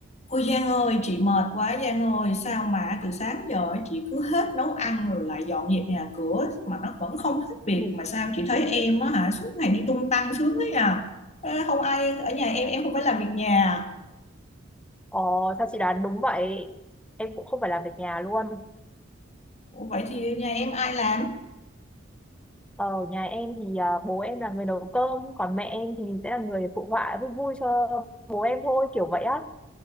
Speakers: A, on the left; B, in the centre.
A: Ôi Giang ơi, chị mệt quá Giang ơi, sao mà từ sáng giờ ấy chị cứ hết nấu ăn rồi lại dọn dẹp nhà cửa mà nó vẫn không hết việc
B: Ừ.
A: mà sao chị thấy em á hả suốt ngày đi tung tăng sướng thế à? Ê, Không ai ở nhà em em không phải làm việc nhà. à?
B: Ờ, sao chị đoán đúng vậy? Em cũng không phải làm việc nhà luôn.
A: Ủa, vậy thì nhà em ai làm?
B: Ờ, Ở nhà em thì à, bố em là người nấu cơm, còn mẹ em thì sẽ là người phụ họa vui vui cho bố em thôi, kiểu vậy á.